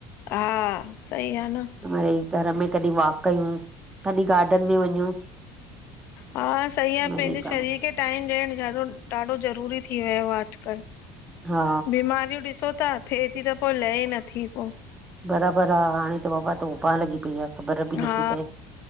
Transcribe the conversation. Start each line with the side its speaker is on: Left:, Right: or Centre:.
Left: हा, सही आ न।
Right: मिड़ई घर में कॾहिं वॉक कयूं, कॾहिं गार्डन में वञूं,
Left: हा सही आ,
Right: मिड़ई
Left: पंहिंजे
Right: कम
Left: शरीर खे टाइम ॾियणु ाढो ॾाढो ज़रूरी थी वियो आ अॼुकल्ह।
Right: हा
Left: बीमारियूं ॾिसो ता थिए ती त पो लहे ई नथी पो।
Right: बराबरि आ हाणे त बाबा तोभां लॻी पई आ। ख़बर बि
Left: हा,
Right: नथी पए